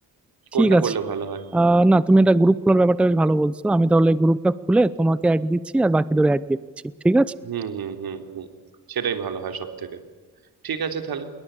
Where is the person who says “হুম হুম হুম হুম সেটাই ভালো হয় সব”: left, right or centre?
Right